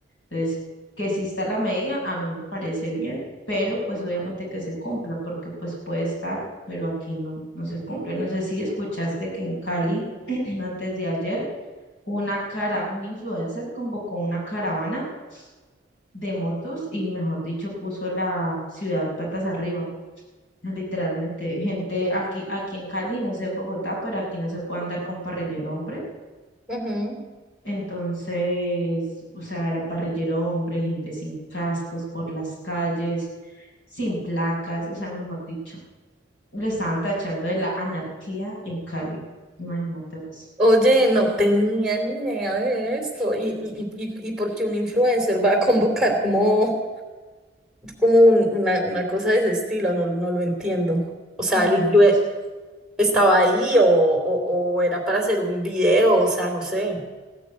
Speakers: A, on the left; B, in the centre.
A: Entonces, que exista la medida, a mí me parece bien, pero pues obviamente que se cumpla porque pues puede estar, pero aquí no, no se cumple. No sé si escuchaste que en Cali, <clears throat> antes de ayer, una cara, un influencer convocó una caravana de motos y, mejor dicho, puso la ciudad patas arriba. O sea, Literalmente, gente aquí, aquí en Cali, no sé en Bogotá, pero aquí no se puede andar con parrillero hombre.
B: Ujú.
A: Entonces, o sea, era parrillero hombre, gente sin cascos por las calles, sin placas, o sea, mejor dicho, lo estaban tachando de la anarquía en Cali. Imagínate vos.
B: Oye, no tenía ni idea de esto. ¿Y, y, y, y y por qué un influencer va a convocar como, como un- una, una cosa de ese estilo? No, no lo entiendo. O sea,
A: No,
B: ¿el influencer
A: pues
B: estaba ahí o, o, o era para hacer un video? O sea, no sé.